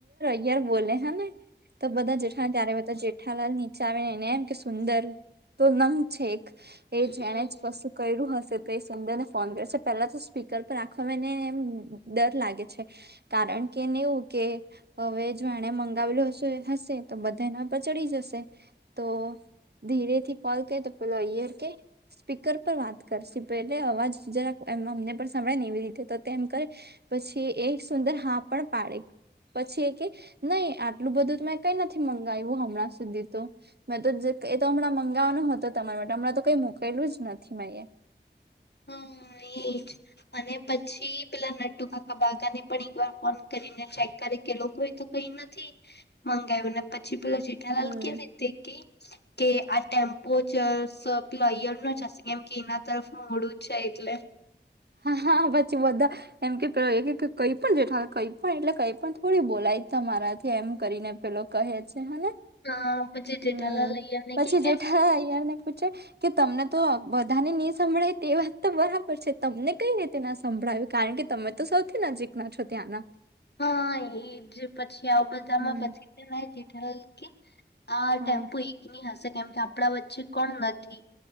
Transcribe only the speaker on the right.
યાર બોલે હાને તો બધા જેઠા ત્યારે બધા જેઠા જેઠાલાલ નીચે આવે એણે એમ કે સુંદર તો નંગ છે એક એ જણે
જ કશુંક કર્યું હશે તો એ સુંદરને ફોન કરશે પેલા તો સ્પીકર પર રાખવામાં એને ડર લાગે છે કારણ કેને એવું કે હવે જો એણે મંગાવેલું હશે તો બધા મારા પર ચડી જશે તો ધીરેથી કોલ કરે તો પેલો અયર કે સ્પીકર પર વાત કરશે પેલે અવાજ જરાક એમ અમને પણ સાભળાય ને એવી રીતે તો તેમ કર પછી એ સુંદર હા પણ પાડે પછી એ કે નહી આટલું બધું તો કઈ નથી મંગાવું હમણાં સુધી તો મેં તો જ એતો હમણાં મંગાવવાનો હતો તમારા માટે હમણાં તો કઈ મુકેલું જ નથી મે અયા
હમ
હા હા પછી બધા એમ કે પેલો કઈ પણ જેઠાલાલ કઈ પણ એટલે કઈ પણ થોડી બોલાય તમારાથી એમ કરીને પેલો કહે છે હને
હમ
પછી
જેઠાલાલ ઐયર ને પૂછે કે તમને તો બધાને નહી સંભળાય તે વાત તો બરાબર છે તમને કઈ રીતે ના સંભળાવ્યું કારણ કે તમે તો સૌથી નજીક ના છો ત્યાંના
હમ
હા